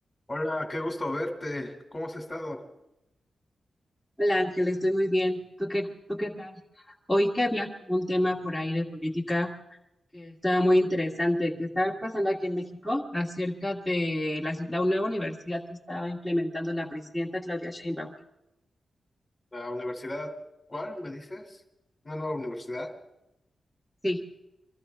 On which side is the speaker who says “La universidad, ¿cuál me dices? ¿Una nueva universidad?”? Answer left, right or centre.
Left